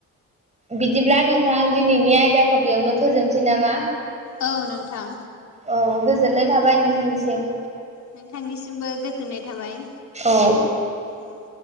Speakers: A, on the right; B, on the left.
A: बिदिब्ला नोंथां दिनैनि आयदाखौ बेयावनो फोजोबनसै नामा
B: औ नोंथां
A: औ गोजोननाय थाबाय नोंथांनिसिम
B: नोंथांनिसिमबो गोजोननाय थाबाय
A: औ
B: औ